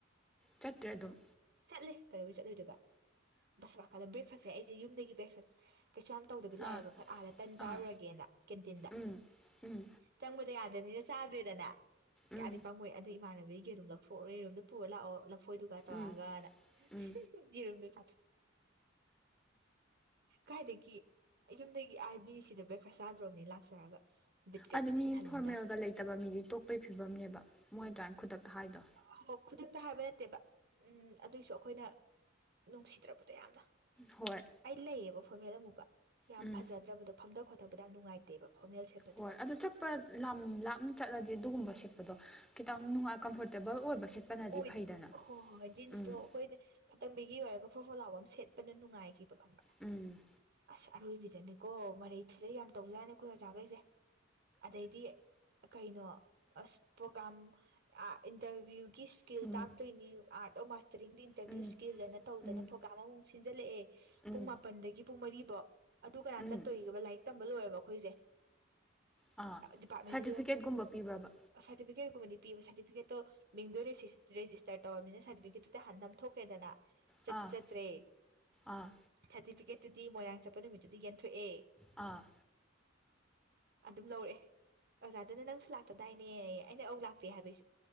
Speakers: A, in the centre; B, on the right.
A: ꯆꯠꯇ꯭ꯔꯦ ꯑꯗꯨꯝ
B: ꯆꯠꯂꯦ ꯀꯥꯏ ꯆꯠꯂꯣꯏꯗꯕ <inaudible> ꯕ‌ꯦꯛ ꯐꯖꯥ ꯑꯩꯁꯦ ꯌꯨꯝꯗꯒꯤ ꯕꯔ‌ꯦꯛꯐꯥꯁ ꯀꯩꯁꯨ ꯌꯥꯝ ꯇꯧꯗꯕꯤ ꯂꯥꯛꯑꯦꯕ
A: ꯑꯥ
B: ꯑꯥꯗ ꯇꯟ ꯆꯥꯔꯨꯔꯒꯦꯅ
A: ꯑꯥ
B: ꯀꯦꯟꯇꯤꯟꯗ
A: ꯎꯝ ꯎꯝ
B: ꯆꯪꯕꯗꯨ ꯌꯥꯗꯕꯅꯤꯅ ꯆꯥꯗ꯭ꯔꯣꯏꯗꯅ ꯀꯌꯥꯗꯤ
A: ꯎꯝ
B: ꯄꯥꯃꯨꯏ ꯑꯗꯨ ꯏꯃꯥꯟꯅꯕꯤ ꯑꯗꯩꯗꯤ ꯑꯗꯨꯝ ꯂꯧꯊ‌ꯪꯛꯑꯦ ꯌꯨꯝꯗ ꯄꯨꯔ ꯂꯥꯛꯑꯣ ꯂꯐꯣꯏꯗꯨꯒ ꯇꯧꯔꯒꯅ
A: ꯎꯝ ꯎꯝ
B: ꯌꯦꯔꯨꯝꯗꯨ <inaudible> ꯀꯥꯏꯗꯒꯤ ꯑꯩ ꯌꯨꯝꯗꯒꯤ ꯑꯥꯥꯏꯕꯤꯁꯤꯗ ꯕ꯭ꯔꯦꯛꯐꯥꯁ ꯆꯥꯗ꯭ꯔꯣꯝꯅꯦꯅ ꯂꯥꯛꯆꯔꯒ ꯕꯤꯠꯀ
A: ꯑꯗꯨ
B: ꯊꯤꯟ
A: ꯃꯤ
B: ꯍꯜꯂꯟꯗꯅ
A: ꯐꯣꯔꯃꯦꯜꯒ ꯂꯩꯇꯕ ꯃꯤꯗꯤ ꯇꯣꯛꯄꯒꯤ ꯐꯤꯕꯝꯅꯦꯕ ꯃꯣꯏ ꯑꯗꯨꯃꯥꯏꯅ ꯈꯨꯗꯛꯇ ꯍꯥꯏꯗꯣ
B: ꯍ ꯈ ꯍꯥꯏꯕ ꯅꯠꯇꯦꯕ ꯎꯝ ꯑꯗꯨꯏꯁꯨ ꯑꯩꯈꯣꯏꯅ ꯅꯨꯡꯁꯤꯗ꯭ꯔꯛꯄꯗꯣ ꯌꯥꯝꯅ
A: ꯍꯣꯏ
B: ꯑꯂꯌꯦꯕꯣ ꯐ ꯃꯦꯂ ꯃꯛ ꯌꯥꯝ
A: ꯎꯝ
B: ꯐꯖꯗ꯭ꯔꯕꯗꯣ ꯐꯝꯗ ꯈꯣ ꯇꯕꯗ ꯅꯨꯡꯉꯥꯏꯇꯦꯕ ꯐꯣꯔꯃꯦꯜ ꯁꯦꯠꯄꯗꯣ
A: ꯍꯣꯏ ꯑꯗꯨ ꯆꯠꯄ ꯂꯝ ꯂꯥꯞꯅ ꯆꯠꯂꯗꯤ ꯑꯗꯨꯒꯨꯝꯕꯁꯦ ꯗꯣ ꯈꯤꯇꯪ ꯅꯨꯡꯉꯥꯏ ꯀꯝꯐꯣꯔꯇꯦꯕꯜ ꯑꯣꯏꯕ ꯁꯦꯠꯄꯅꯗꯤ
B: ꯑꯣꯏ
A: ꯐꯩꯗꯅ
B: ꯍꯣꯏ ꯍꯣꯏ ꯖꯤꯟꯁꯇꯣ
A: ꯎꯝ
B: ꯑꯩꯈꯣꯏꯗꯤ ꯈꯇꯪꯕꯤꯒꯤ ꯑꯣꯏ ꯈꯣꯔ ꯍꯣꯂꯥꯎꯕ ꯑꯃ ꯁꯦꯠꯅ ꯅꯨꯡꯉꯥꯏꯈꯤꯕ ꯈꯪꯕ꯭ꯔꯥ
A: ꯎꯝ
B: ꯑꯁ ꯑꯔꯣꯏꯕꯤꯗꯅꯤꯀꯣ ꯃꯔꯩ ꯊꯨꯔ ꯌꯥꯝ ꯇꯧꯖꯥꯠꯅꯤ ꯑꯩꯈꯣꯏ ꯑꯣꯖꯥꯈꯩꯁꯦ ꯑꯗꯩꯗꯤ ꯀꯩꯅꯣ ꯑꯁ ꯄ꯭ꯔꯣꯒꯥ꯭ꯔꯥꯝ ꯏꯟꯇꯔꯚꯤꯌꯨꯒꯤ ꯁꯀꯤꯜ
A: ꯎꯝ
B: ꯇꯥꯛꯇꯣꯏꯅꯤ ꯑꯥꯇꯣ ꯃꯁ ꯟꯇꯔꯚ
A: ꯎꯝ
B: ꯁꯀꯤꯦꯜꯅ ꯇꯧꯗꯅ
A: ꯎꯝ
B: ꯄ꯭ꯔ꯭ꯔꯝ ꯁꯤꯖꯂꯦꯑꯦ
A: ꯎꯝ
B: ꯄꯨꯡ ꯃꯥꯄꯟꯗꯒꯤ ꯄꯨꯡ ꯃꯔꯤ ꯄꯥ <inaudible> ꯑꯗꯨ ꯀꯅꯥ
A: ꯎꯝ
B: ꯆꯠꯇꯣꯔꯤꯒꯕ ꯂꯥꯏꯛ ꯇꯝꯕ ꯂꯣꯏꯔꯦꯕ ꯑꯩꯈꯣꯏꯁꯦ
A: ꯑꯥ
B: ꯗꯤꯄꯥꯔꯦꯟ
A: ꯁꯥꯔꯇꯤꯐꯤꯀꯦꯠꯀꯨꯝꯕ ꯄꯤꯕ꯭ꯔꯕ
B: ꯁꯔꯤꯐꯦꯠ ꯄ ꯁꯔꯇꯤꯐꯤꯀꯠꯠꯇꯣ ꯃꯤꯦꯡꯗ ꯁꯤ ꯔꯦꯖꯤꯁꯇꯔ ꯇꯧꯔꯕꯅꯤꯅ ꯁꯥꯔꯇꯤꯐꯤꯀꯦꯠꯇꯨꯗꯤ ꯍꯥꯟ ꯅꯝ ꯊꯣꯛꯣꯛ꯭ꯔꯦꯗꯅ ꯆꯇꯤ
A: ꯑꯥ
B: ꯆꯠꯇ꯭ꯔꯦ
A: ꯑꯥ
B: ꯆꯇ ꯄꯤ ꯀꯦꯠꯇꯨꯗꯤ ꯃꯣꯏꯔꯥꯡ ꯆꯠꯄ ꯅꯨꯃꯤꯠꯇꯨꯗꯤ ꯌꯦꯟꯊꯣꯛꯑꯦ
A: ꯑ
B: ꯑꯗꯨꯝ ꯂꯧꯔꯛꯑꯦ ꯑꯣꯖꯥꯗꯨꯅ ꯅꯪꯁꯨ ꯂꯥꯛꯇꯗꯥꯏꯅꯦ ꯑꯩꯅ ꯑꯧ ꯂꯥꯛꯇꯦ ꯍꯥꯏꯕꯩꯁꯨ